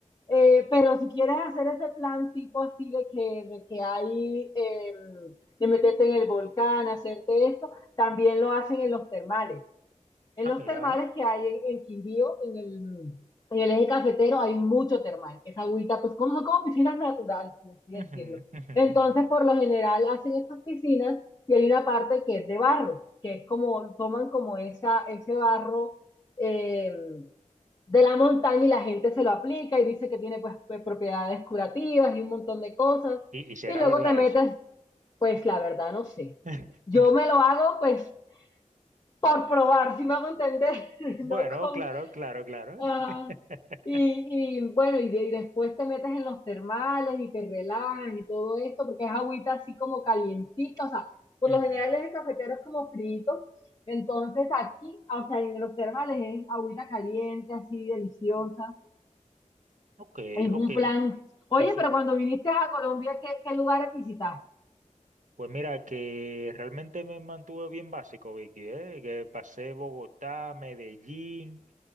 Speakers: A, on the left (about 30°); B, on the right (about 70°).
A: Eh, pero si quieres hacer ese plan tipo así de que, de que hay, eh, de meterte en el volcán, hacerte esto, también lo hacen en los termales. En
B: Ah,
A: los
B: mira.
A: termales que hay en, en Quindío, en el, en el eje cafetero, hay mucho termal. Esa agüita, pues como son como piscinas naturales, por así decirlo.
B: Ujú, ujú,
A: Entonces,
B: ujú.
A: por lo general, hacen estas piscinas y hay una parte que es de barro, que es como, toman como esa, ese barro eh, de la montaña y la gente se lo aplica y dice que tiene pues p- propiedades curativas y un montón de cosas.
B: Y, y será
A: Y luego
B: verdad
A: te metes,
B: eso.
A: pues la verdad no sé.
B: <laughs>
A: Yo me lo hago pues por probar, si me hago entender, <laughs>
B: Bueno,
A: no con...
B: claro, claro, claro.
A: ajá.
B: <laughs>
A: Y, y bueno, y, de- y después te metes en los termales y te relajas y todo esto, porque es agüita así como calientita, o sea, por
B: Ujú.
A: lo general es el cafetero es como frito, entonces aquí, o sea, en los termales es agüita caliente, así deliciosa,
B: Ok,
A: es un
B: ok.
A: plan. Oye,
B: Que eso,
A: pero cuando viniste a Colombia, ¿qué, qué lugares visitaste?
B: Pues mira, que realmente me mantuve bien básico, Vicky, ¿eh? Que pasé Bogotá, Medellín,